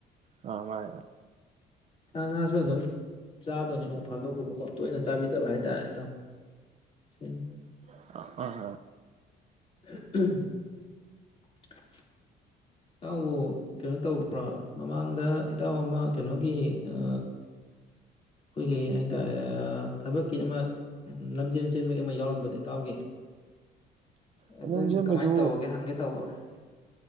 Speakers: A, on the right; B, on the left.
A: ꯑ ꯃꯥ <unintelligible>
B: ꯁꯥ ꯉꯥꯁꯨ ꯑꯗꯨꯝ ꯆꯥꯗꯣꯅꯤ ꯅꯣꯡ ꯐꯥꯗꯣꯛꯀꯨꯝꯕꯀꯣ ꯇꯣꯏꯅ ꯆꯥꯕꯤꯗꯕ ꯍꯥꯏꯇꯥꯔꯦ <unintelligible>
A: <unintelligible>
B: <unintelligible> ꯏꯇꯥꯎꯕꯨ ꯀꯩꯅꯣ ꯇꯧ꯭ꯔꯥ ꯃꯃꯥꯡꯗ ꯏꯇꯥꯎ ꯑꯃ ꯀꯩꯅꯣꯒꯤ ꯑ ꯑꯈꯣꯏꯒꯤ ꯍꯥꯏꯇꯥꯔꯦ ꯊꯕꯛꯀꯤ ꯑꯃ ꯂꯝꯖꯦꯟ ꯆꯦꯟꯕꯒꯤ ꯑꯃ ꯌꯥꯎꯔꯝꯕꯗꯣ ꯏꯇꯥꯎꯒꯤ ꯑꯗꯨꯒꯤꯗꯣ
A: ꯂꯝꯖꯦꯟ ꯆꯦꯟꯕꯩꯗꯨ
B: ꯀꯃꯥꯏꯅ ꯇꯧꯔꯒꯦ ꯍꯪꯒꯦ ꯇꯧꯕ